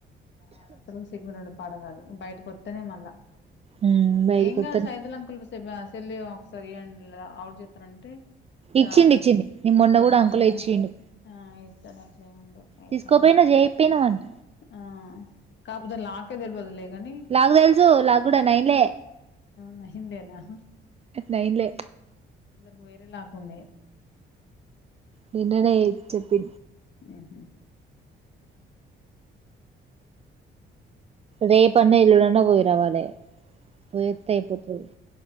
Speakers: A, on the left; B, on the right.
A: ఆడ అస్సలు సిగ్నల్ ఉండదు పడ గాదు బయట్కొత్తేనే మళ్ళా
B: మ్ బయటికి
A: ఏం
B: వత్తనే
A: గాదు సైదల్ అంకుల్ బి సెబ సెల్ ఇయ్యవ ఒకసారి ఇయ్యట్లెద అవుట్ జెత్తనంటే.
B: ఇచ్చిండు
A: ఆహ్మ్
B: ఇచ్చిండు నేను
A: ఇత్తడట్లే
B: మొన్న కూడా అంకులే
A: ఎం
B: ఇచ్చిండు
A: ఉండవ హ్మ్ ఆ ఇత్తడట్లే ఎం ఉండవ్ ఎపుడన్న
B: తీసుకోపోయినవ్ చేయిపోయినవ్ అంట
A: ఆహ్ కపోతే లాకే దెల్వదు దండి
B: నాకు తెలుసు నాకు కూడా నైన్లే
A: మంహెడెనహ్
B: నైన్లే
A: కొ ఉండె
B: నిన్ననే చెప్పి
A: ఉహు
B: రేపన్న ఎళ్ళుండన్నపోయిర్. రవలె పోయి ఒత్తె అయిపోతుదును